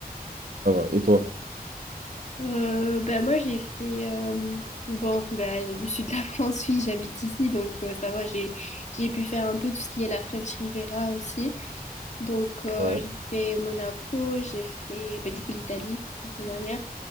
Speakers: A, on the right (about 60°); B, on the left (about 45°).
A: Ça va. Et toi?
B: Euh, ben, moi, j'ai fait... euh, Bon, ben, du sud de la <laughs> France, oui, j'habite ici, donc euh, ça va, j'ai j'ai pu faire un peu tout ce qui est la French Riviera aussi. Donc, euh,
A: Ouais.
B: j'ai fait Monaco, j'ai fait ben, du coup l'Italie la semaine dernière,